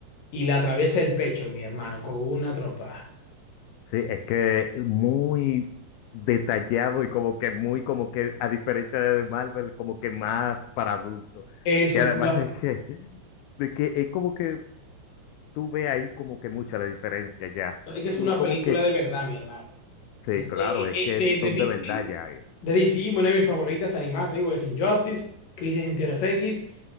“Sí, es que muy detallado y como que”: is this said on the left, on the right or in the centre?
Left